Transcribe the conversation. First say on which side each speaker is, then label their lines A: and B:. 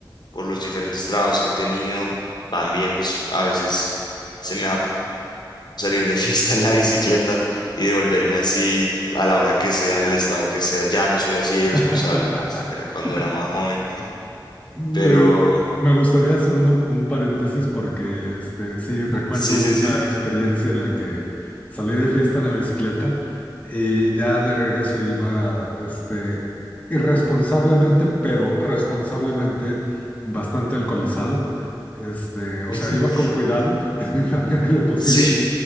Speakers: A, on the left (about 55°); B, on the left (about 15°).
A: por los diferentes trabajos que he tenido. También, pues a veces se me va salir de <laughs> fiesta en la bicicleta y devolverme así a la hora que sea, en el estado que sea. Ya no soy así de
B: <laughs>
A: irresponsable, pues era cuando era más joven,
B: Eh,
A: pero
B: Me gustaría hacer una- un paréntesis porque este, sí, recuerdo
A: sí, sí, sí.
B: una experiencia en la que salí de fiesta en la bicicleta y ya de regreso iba este, irresponsablemente, pero responsablemente bastante alcoholizado. Este, o
A: <laughs>
B: sea, iba con cuidado <laughs> en la medida de lo posible
A: Sí,